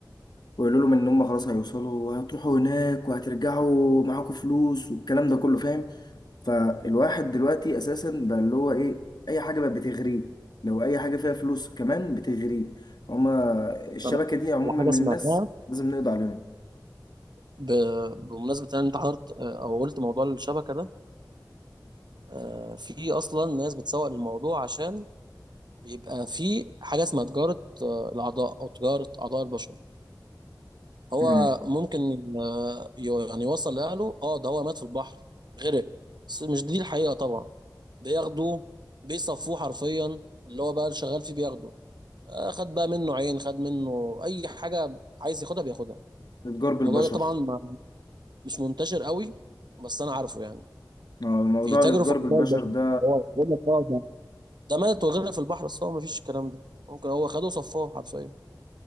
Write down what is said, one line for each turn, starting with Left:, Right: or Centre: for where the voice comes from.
Left: ويقولوا لهم ان هم خلاص هيوصلوا وهتروحوا هناك وهترجعوا معاكم فلوس والكلام ده كله فاهم فالواحد دلوقتي اساسا بقى اللي هو ايه اي حاجه بقت بتغريه لو اي حاجه فيها فلوس كمان بتغريه هما الشبكه
Right: طب أنا أحكي
Left: دي عموما
Right: لك على حاجه
Left: من
Right: سمعتها
Left: الناس لازم نقضي عليهم
Right: ب- بمناسبه ان انت حضرت آه، او قلت موضوع الشبكه ده آه، في اصلا ناس بتسوق للموضوع عشان بيبقى في حاجه اسمها تجاره آه، الاعضاء او تجاره اعضاء البشر هو
Left: امم
Right: ممكن آه، ي- يعني يوصل لاهله اه ده هو مات في البحر غرق بس مش دي الحقيقه طبعا بياخدوه بيصفوه حرفيا اللي هو بقى اللي شغال فيه بياخده آه، خد بقى منه عين خد منه اي حاجه عايز ياخدها بياخدها
Left: الاتجار بالبشر
Right: الموضوع ده طبعا مش منتشر قوي بس انا عارفه يعني
Left: آه، موضوع
Right: بيتاجروا
Left: الاتجار
Right: في
Left: بالبشر
Right: اعضاء البشر
Left: ده
Right: هو بيقول لك اه ده ده مات وغيرنا في البحر بس هو مفيش الكلام ده ممكن هو خده وصفاه حرفيا